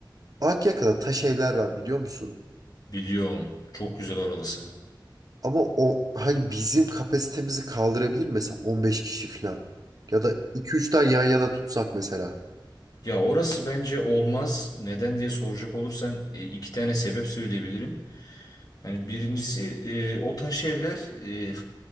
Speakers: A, on the right (about 50°); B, on the left (about 50°).
A: Akyaka'da taş evler var biliyor musun?
B: Biliyorum. Çok güzel oralısı.
A: Ama o hani bizim kapasitemizi kaldırabilir mi? mesela 15 kişi falan. Ya da iki üç tane yan yana tutsak mesela.
B: Ya orası bence olmaz. Neden diye soracak olursan e, iki tane sebep söyleyebilirim. Yani birincisi e, o taş evler e,